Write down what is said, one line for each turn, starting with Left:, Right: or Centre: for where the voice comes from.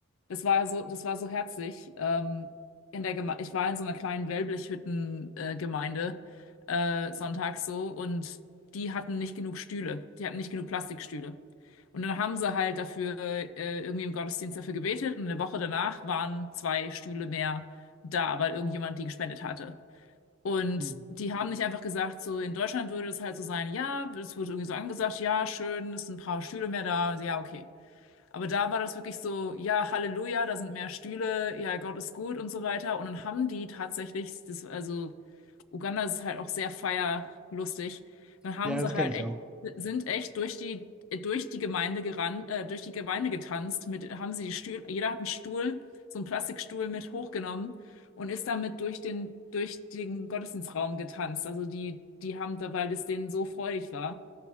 Left: das war so, das war so herzlich. Ähm, in der Geme ich war in so einer kleinen Wellblechhütten-Gemeinde äh, sonntags so und die hatten nicht genug Stühle. Die hatten nicht genug Plastikstühle. Und dann haben sie halt dafür äh, irgendwie im Gottesdienst dafür gebetet und eine Woche danach waren zwei Stühle mehr da, weil irgendjemand die gespendet hatte. Und
Centre: Hm.
Left: die haben nicht einfach gesagt, so in Deutschland würde es halt so sein, ja, es wurde irgendwie so angesagt, ja, schön, es sind ein paar Stühle mehr da, ja, okay. Aber da war das wirklich so, ja, Halleluja, da sind mehr Stühle, ja, Gott ist gut und so weiter. Und dann haben die tatsächlich, das, also Uganda ist halt auch sehr feierlustig, dann haben
Centre: Ja,
Left: sie
Centre: das kenne
Left: halt
Centre: ich
Left: echt,
Centre: auch.
Left: sind echt durch die, äh, durch die Gemeinde gerannt, äh, durch die Gemeinde getanzt, mit, haben sie die Stühle, jeder hat einen Stuhl, so einen Plastikstuhl mit hochgenommen und ist damit durch den, durch den Gottesdienstraum getanzt. Also die, die haben da, weil das denen so freudig war.